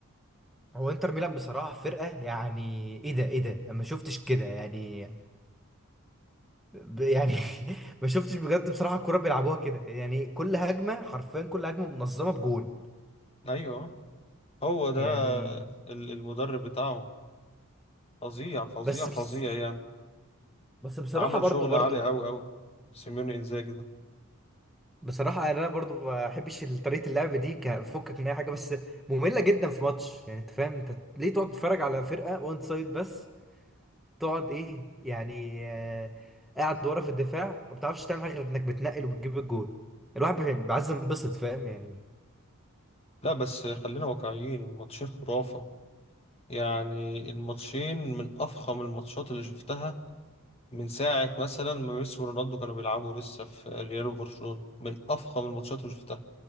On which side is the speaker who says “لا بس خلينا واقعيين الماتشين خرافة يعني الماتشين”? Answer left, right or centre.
Left